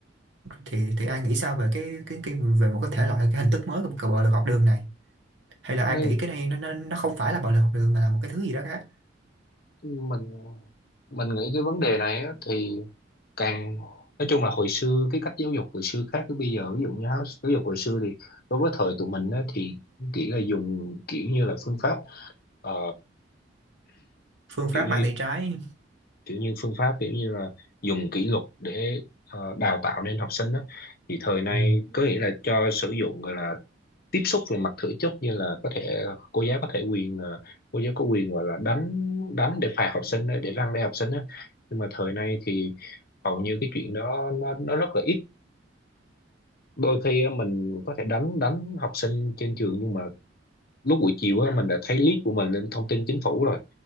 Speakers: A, on the right; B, on the left.
A: thì thì ai nghĩ sao về cái cái, cái về một cái thể loại cái hình thức mới của, của bạo lực học đường này hay là ai
B: Nên
A: nghĩ cái này nó nó, nó không phải là bạo lực học đường mà là một cái thứ gì đó khác
B: mình mình nghĩ cái vấn đề này á, thì càng nói chung là hồi xưa cái cách giáo dục hồi xưa khác với bây giờ ví dụ như giáo giáo dục hồi xưa thì đối với thời tụi mình á, thì kiểu là dùng kiểu như là phương pháp ờ,
A: phương pháp
B: kiểu như
A: mang tay trái
B: kiểu như phương pháp kiểu như là dùng kỷ luật để ờ, đào tạo nên học sinh đó. thì thời nay
A: ừ.
B: có nghĩa là cho sử dụng gọi là tiếp xúc về mặt thể chất như là có thể cô giáo có thể quyền ờ, cô giáo có quyền gọi là đánh đánh để phạt học sinh á, để răn đe học sinh á nhưng mà thời nay thì hầu như cái chuyện đó nó nó rất là ít đôi khi á, mình có thể đánh đánh học sinh trên trường nhưng mà lúc buổi chiều á, mình đã thấy clip của mình lên thông tin chính phủ rồi